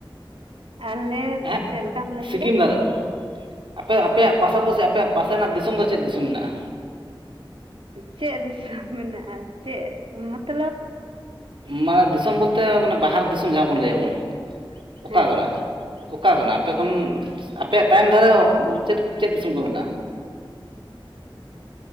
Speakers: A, on the right; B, on the right.
A: ᱟᱞᱮ
B: ᱮᱦᱮᱸᱜ
A: ᱪᱮᱫ ᱞᱮᱠᱟᱢ ᱞᱟᱹᱭ
B: ᱥᱤᱠᱤᱢ
A: ᱠᱮᱫᱟ
B: ᱫᱷᱟᱨᱮ ᱟᱯᱮ ᱟᱯᱮᱭᱟᱜ ᱯᱟᱥᱟᱯᱟᱹᱥᱤ ᱟᱯᱮᱭᱟᱜ ᱯᱟᱥᱮᱱᱟᱜ ᱫᱤᱥᱚᱢ ᱫᱚ ᱪᱮᱫ ᱫᱤᱥᱚᱢ ᱢᱮᱱᱟᱜᱼᱟ
A: ᱪᱮᱫ ᱫᱤᱥᱚᱢ ᱢᱮᱱᱟᱜᱼᱟ ᱪᱮᱫ ᱢᱚᱛᱞᱚᱵ
B: ᱢᱟᱱᱮ ᱫᱤᱥᱚᱢ ᱵᱚᱞᱛᱮ ᱢᱟᱱᱮ ᱵᱟᱦᱟᱨ ᱫᱤᱥᱚᱢ ᱡᱟᱦᱟᱸ ᱵᱚᱱ ᱞᱟᱹᱭᱟᱵᱚᱱ ᱚᱠᱟ
A: ᱦᱮᱸ
B: ᱠᱟᱱᱟ ᱚᱠᱟ ᱠᱟᱱᱟ ᱟᱯᱮ ᱠᱷᱚᱱ ᱟᱯᱮᱭᱟᱜ ᱛᱟᱭᱚᱢ ᱫᱷᱟᱨᱮ ᱪᱮᱫ ᱪᱮᱫ ᱫᱤᱥᱚᱢ ᱠᱚ ᱢᱮᱱᱟᱜᱼᱟ᱾